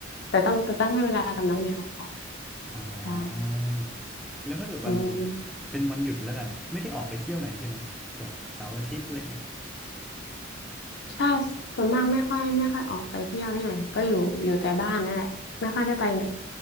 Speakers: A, on the left; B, in the centre.
A: แต่ต้องแต่ต้องให้เวลากับน้องแมวก่อน
B: อ๋อ
A: ใช่
B: แล้วถ้าเกิดวัน
A: อืม
B: เป็นวันหยุดแล้วกันไม่ได้ออกไปเที่ยวไหนใช่ไหมแบบเสาร์อาทิตย์อะไรเงี้ย
A: ชาส่วนมากไม่ค่อยไม่ค่อยออกไปเที่ยวที่ไหนก็อยู่อยู่แต่บ้านนั่นแหละไม่ค่อยได้ไปไหน